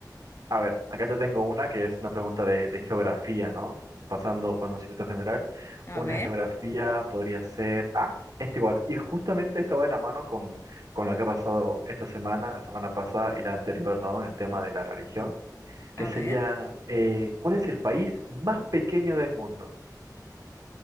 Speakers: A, on the right; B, on the left.
A: A ver, acá te tengo una que es una pregunta de, de geografía, ¿no? Pasando conocimiento general,
B: A
A: una
B: ver,
A: geografía podría ser... Ah, esta igual. Y justamente estaba de la mano con, con lo que ha pasado esta semana, la semana pasada y la anterior, ¿no? El tema de la religión,
B: a
A: que sería,
B: ver,
A: eh, ¿cuál es el país más pequeño del mundo?